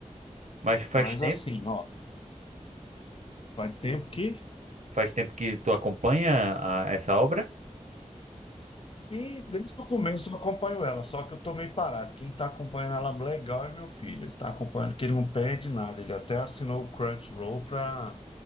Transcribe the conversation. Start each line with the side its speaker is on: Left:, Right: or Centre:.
Right: Mas faz
Left: Mas
Right: tempo.
Left: assim, ó, faz tempo que,
Right: Faz tempo que tu acompanha a- essa obra?
Left: que desde o começo eu acompanho ela, só que eu tô meio parado. Quem tá acompanhando ela legal é meu filho. Ele tá acompanhando, que ele não perde nada. Ele até assinou o Crunchyroll pra,